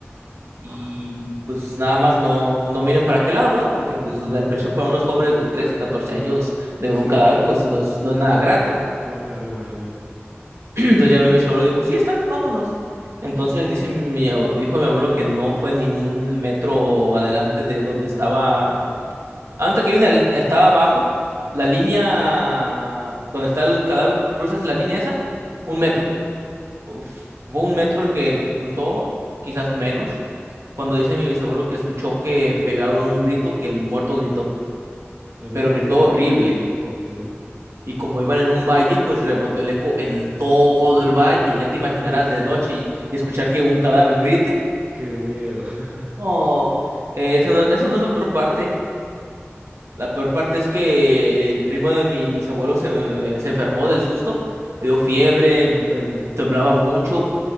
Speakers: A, on the right (about 80°); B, on the right (about 35°).
A: Y
B: Ah,
A: pues nada más no, pues, no miren para qué lado, ¿verdad? Porque pues la impresión para unos jóvenes de 13 14 años de
B: sí.
A: ver un cadáver, pues no es, no es nada grato.
B: No, claro, imagínate.
A: <clears throat> Entonces ya mi abuelo dijo, sí, está bien, vámonos. Entonces dice mi, ab- dijo mi abuelo que no fue ni un metro adelante de donde estaba, antes que hay estaba abajo, la línea donde está el cadáver, cruzas la línea esa, un metro. Uf, fue un metro el que cruzó, quizás menos. cuando dice mi bisabuelo que escuchó que pegaron un grito que el muerto gritó,
B: El
A: pero
B: muerto.
A: gritó horrible.
B: Ok.
A: Y como iban en un valle, pues rebotó el eco en todo el valle. Ya te imaginarás
B: Uf,
A: de noche y, y escuchar que un cadáver grite.
B: qué miedo. <laughs>
A: No, eh, eso no, eso no es la peor parte. La peor parte es que el primo de mi bisabuelo se, se enfermó del susto, le dio fiebre, em, temblaba mucho.